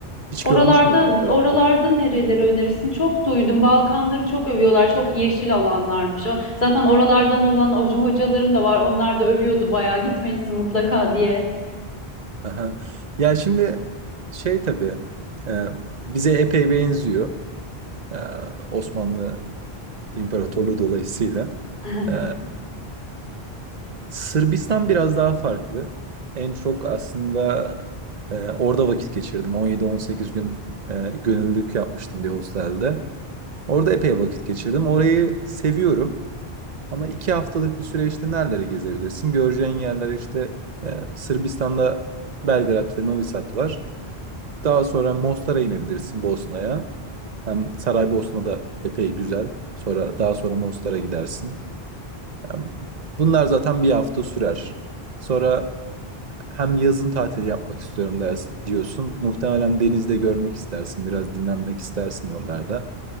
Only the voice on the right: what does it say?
Hiç
görmüş müydün o tarafları?
Aha. Ya şimdi şey tabii e, bize epey benziyor. E, Osmanlı İmparatorluğu dolayısıyla.
Ee, Sırbistan biraz daha farklı. En çok aslında e, orada vakit geçirdim. 17-18 gün e, gönüllülük yapmıştım bir hostelde. Orada epey vakit geçirdim. Orayı seviyorum. Ama iki haftalık bir süreçte nereleri gezebilirsin? Göreceğin yerler işte e, Sırbistan'da Belgrad ve Novi Sad var. Daha sonra Mostar'a inebilirsin Bosna'ya. Hem Saraybosna da epey güzel. Sonra daha sonra Mostar'a gidersin. Yani Bunlar zaten bir hafta sürer. Sonra hem yazın tatili yapmak istiyorum ders diyorsun. Muhtemelen denizde görmek istersin, biraz dinlenmek istersin oralarda.